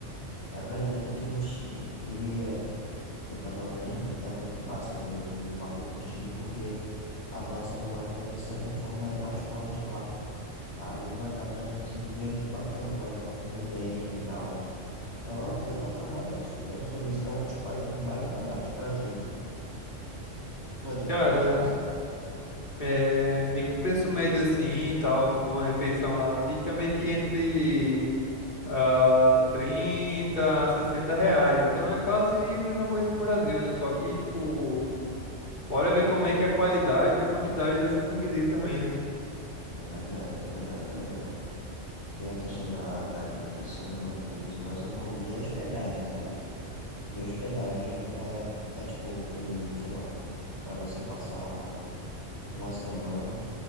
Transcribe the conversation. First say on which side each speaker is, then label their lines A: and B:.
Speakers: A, on the left; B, on the left.
A: É verdade, porque no Chile, ele é, eu tava vendo, é muito massa que a gente marcou pro Chile, porque a nossa moeda, de certa forma, é mais forte lá. Aí vai dar pra gente se divertir bacana, vai dar pra comer bem e tal. Então, eu eu tava realmente estudando sobre isso. É um dos países mais baratos pra gente, pra gente
B: Cara,
A: viajar, sabe?
B: É, meio que o preço médio assim, e tal, assim, de uma refeição lá, fica meio que entre ah, 30 a 60 reais. Então é quase a mesma coisa que o Brasil, né? Só que, tipo, bora ver como é que é a qualidade e a quantidade dessa comida aí também, né?
A: É verdade, é verdade, é verdade. Tem a questão da, da alimentação, de tudo isso, mas tô falando de hospedagem, sabe? De hospedagem é, é, é tipo coisa de, sei lá, pra você passar uma semana,